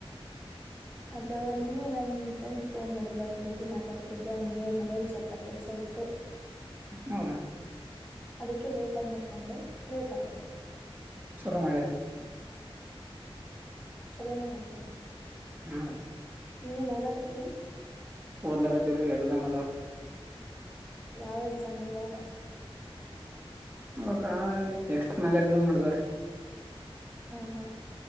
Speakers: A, on the left (about 20°); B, on the right (about 20°).
A: ಅದ ನಿನ್ನೆ ನನ್ ಫ್ರೆಂಡ್ ಫೋನ್ ಮಾಡಿದಲ್ವಕ ಜ್ಯೋತಿ ಮಾತಾಡ್ತಿದ್ದೆ ಹಂಗೆ ಮನೇಲಿ ಸ್ವಲ್ಪ ಕೆಲ್ಸ ಐ ಹತ್ತು
B: ಹೌದ
A: ಅದಕ್ಕೆ ಲೇಟಗ ಮುಕೊಂಡೆ ಲೇಟ್ ಆಗ್ದೆ
B: ಚುರ ಮಾಡಾರೆ
A: ಚಲೋನೇ ಮಾಡ್ತೀ ಮತ್ತ
B: ಹಾ ರೀ
A: ನೀ ಏನು ಓಡಾಕತ್ತಿ
B: ಓದಳಾಕತ್ತೀವಿ ಎಕ್ಸಾಮ್ ಅದಾವ
A: ಯಾವ್ ಎಕ್ಸಾಮು ಇವಾಗ
B: ಹೌದ ಎಕ್ಸ್ಟ್ರ ನಲ್ ಎಕ್ಸಾಮ್ ಮಾಡದವ್ರೀ
A: ಹಾ ಹಾ